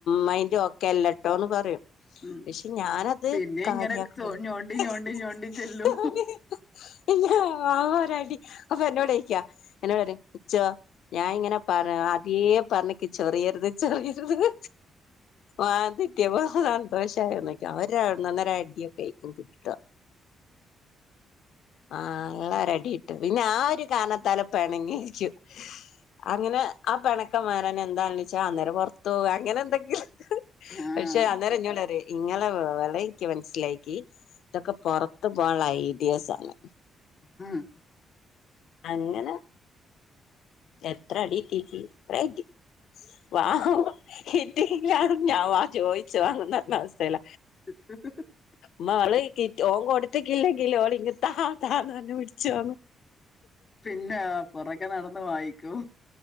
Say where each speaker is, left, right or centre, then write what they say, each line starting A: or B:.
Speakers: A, on the left; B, on the left.
A: മൈന്റ് ഒക്കെ അല്ലട്ടോന്ന് പറിം
B: ഉം
A: പക്ഷെ ഞാനത്
B: പിന്നെ
A: കാര്യാക്ക്‌ണില്ല
B: ഇങ്ങനെ ചോ ഞോണ്ടി
A: <unintelligible>
B: ഞോണ്ടി ഞോണ്ടി ചെല്ലും
A: <unintelligible> വാ വൊരടി അപ്പൊ ഓൻന്നോടോയിക്ക്യ ങ്ങനെ പറിം ഇച്ചോ ഞാൻ ഇങ്ങനെ പറഞ്ഞ അദ്യേ പറഞ്ഞ്ക്ക് ചെറിയരുത് ചെറിയരുത് ന്ന് ആത് ട്ടിയെപ്പോ സന്തോഷാന്ന് ക്ക്‌ അവര ന്നൊന്നര അടിയൊകെക്കും ൻക് കിട്ടാ ആഹ് ങ്ങളെ ഒരടി ട്ട് പിന്നെ ആ ഒരു കാരണത്താല് പെണങ്ങിയിരിക്കും അങ്ങനെ ആ പെണ ക്കമാരന്ന് എന്താ ണ്ച്ചാ അന്നേരം പൊർത്ത് പോവാ അങ്ങനെ എന്തെങ്കിലും
B: ആഹ്
A: പഷേ അന്നേരംഞ്ഞോടറിം ഇങ്ങളെ വെളയിക്ക് മനസ്സിലായിക്കി തൊക്കെ പൊറത്ത് പോവാള്ള ഐഡിയാസാണ്
B: <unintelligible>
A: അങ്ങനെ എത്ര അടിട്ടീക്ക് അ <unintelligible> തി വാ <unintelligible> കിട്ടീക്ക്‌ല്ല ന്ന് ഞാൻ ആ ചോദിച്ചു വാങ്ങുന്നറഞ്ഞ അവസ്തേല
B: <unintelligible>
A: മ്മോ <unintelligible> ളേയ്ക്കിറ്റ് ഓൻ കൊടുത്തക്കില്ലെങ്കില് ഓളിങ്ങ് ത്താ ത്താ ന്ന് പറഞ് പിടിച്ച് വാങ്ങും
B: പിന്നെ പുറകെ നടന്ന് വാങ്ങിക്കും